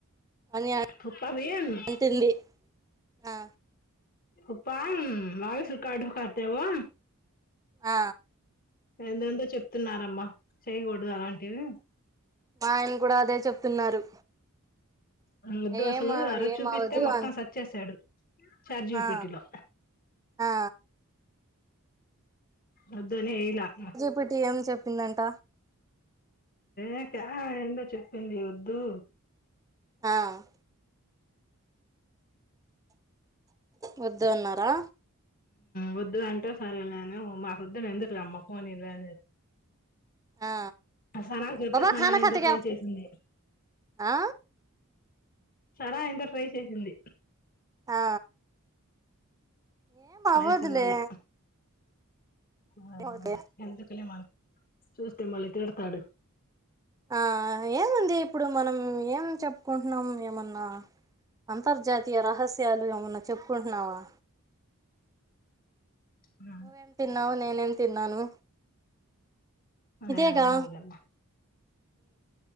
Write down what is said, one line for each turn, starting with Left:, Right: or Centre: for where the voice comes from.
Right: అని
Left: ప్ప బిను
Right: అంటుంది ఆ
Left: ఉప వాగేసిన కార్డు కాతేవో
Right: ఆ
Left: ఎంతెందో చెప్తున్నారమ్మా చేయకూడదు అలాంటివి
Right: మా ఆయన కూడా అదే చెప్తున్నారు
Left: వద్దు
Right: ఏం
Left: అసలు అరోజు
Right: ఏం
Left: చూపిస్తే
Right: అవదు
Left: మొత్తం
Right: అ
Left: సర్చేసాడు చాట్ జిపిటిలో
Right: ఆ ఆ
Left: వద్దులే ఏలే అమ్మ
Right: ఇప్పటి ఏం చెప్పిందంట
Left: ఏకా ఏంటో చెప్పింది వద్దు
Right: ఆ వద్దు అన్నారా
Left: వద్దుంటే సరే నేను మాకోద్దులే ఎందుకు అమ్మ పోనీలే
Right: ఆ
Left: ఆ సనాకు చెప్తే
Right: బాబా
Left: సనా
Right: ఖానా
Left: ఏందో
Right: ఖాతేగా
Left: ట్రై చేసింది
Right: ఆ
Left: సర ఇంకా ట్రై చేసింది
Right: ఆ ఏం అవ్వదులే
Left: లేచింది మళ్ళీ అ
Right: అవ్వదులే
Left: ఎందుకలే మనకు చూస్తే మళ్ళీ తిడతాడు
Right: ఆ ఏముంది ఇప్పుడు మనం ఏం చెప్పుకుంటున్నాం ఏమన్నా అంతర్జాతీయ రహస్యాలు ఏమైన్నా చెప్పుకుంటున్నావా
Left: ఉ
Right: నువ్వేం తిన్నావు నేనేం తిన్నాను ఇదేగా
Left: ఏమో మరి